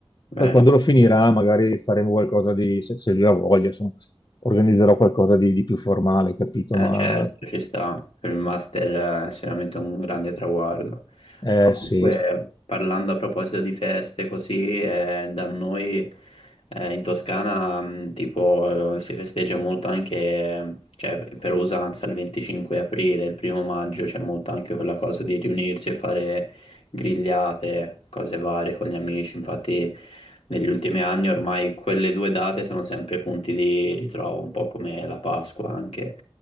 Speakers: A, on the left (about 45°); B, on the left (about 80°).
A: Poi
B: eh,
A: quando lo finirà magari faremo qualcosa di... se, se lui ha voglia, insomma, organizzerò qualcosa di, di più formale, capito?
B: Eh,
A: Ma
B: certo, ci sta, per il master eh, è sicuramente un grande traguardo.
A: eh,
B: Ma Comunque,
A: sì,
B: parlando a proposito di feste così, eh, da noi eh, in Toscana mh, tipo eh, si festeggia molto anche, cioè per usanza il 25 aprile, il primo maggio c'è molto anche quella cosa di riunirsi e fare grigliate, cose varie con gli amici, infatti negli ultimi anni ormai quelle due date sono sempre punti di ritrovo, un po' come la Pasqua anche.